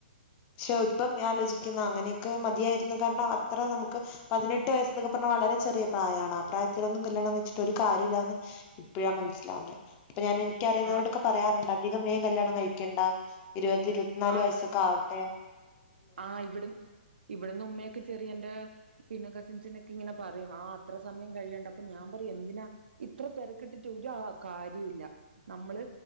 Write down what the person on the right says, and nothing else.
ആ
ആ
ആഹ് ഇവിട ഇവിടന്ന് ഉമ്മയൊക്കെ ചെറിയന്റെ പിന്നെ കസിൻസിനൊക്കെ ഇങ്ങനെ പറയും ആഹ് അത്ര സമയം കഴിയണ്ട അപ്പൊ ഞാൻ പറയും എന്തിനാ ഇത്ര തിരക്കിട്ടിട്ട് ഒരു കാര്യവും ഇല്ല നമ്മള്